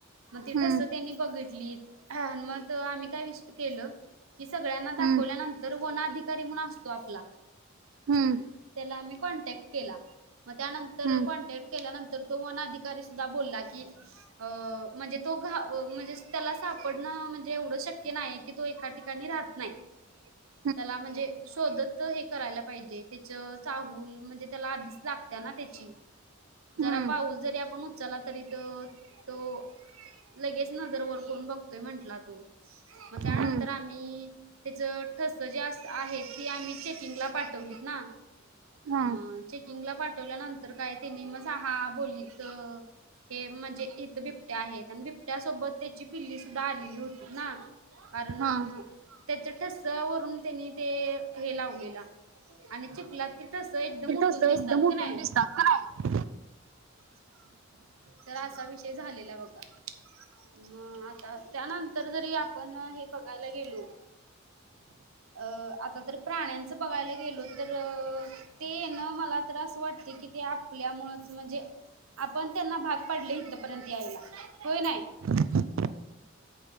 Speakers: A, on the right (about 85°); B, on the right (about 65°).
A: मग ती
B: हम्म
A: ठस त्यांनी बघितली, मग आम्ही काय विष केलं. कि सगळ्यांना
B: हम्म
A: दाखवल्यानंतर वन अधिकारी म्हणून असतो आपला.
B: हम्म.
A: त्याला आम्ही कॉन्टॅक्ट केला, मग त्यानंतर
B: हम्म
A: कॉन्टॅक्ट केल्यानंतर तो वन अधिकारी सुद्धा बोलला की अ म्हणजे तो घा म्हणजे त्याला सापडणं म्हणजे एवढं शक्य नाही. की तो एका ठिकाणी राहत नाही.
B: <inaudible>
A: त्याला म्हणजे शोधत हे करायला पाहिजे, त्याचं चाहूल म्हणजे त्याला आधीच लाग ते ना त्याची,
B: हम्म
A: जरा पाऊल जरी आपण उचला तरी तो, तो लगेच नजर वर करून बघतोय म्हंटला तो. मग त्यानंतर
B: हम्म
A: आम्ही ती त्याचं ठस जे आहे ती आम्ही चेकिंगला पाठवलीत ना.
B: हा
A: मग चेकिंगला पाठवल्यानंतर काय त्यांनी म स हा बोललीत. हे म्हणजे इथं बिबट्या आहेत आणि बिबट्यासोबत त्याची पिल्लीसुद्धा आलेली होती ना. कारण
B: हा
A: त्याचं ठस वरून त्यांनी ते हे लावलेलाआणि चिखलात ती ठस एकदम उठून
B: तस
A: दिसतात. का नाही
B: <unintelligible>
A: तर असा विषय झालेला बघा. मग आता त्यानंतर जरी आपण हे बघायला गेलो अ आता तर प्राण्यांच बघायला गेलो, तर ते ना मला तर असं वाटते की ते आपल्यामुळेच म्हणजे आपण त्यांना भाग पाडले इथपर्यंत यायला होय नाही?
B: <inaudible>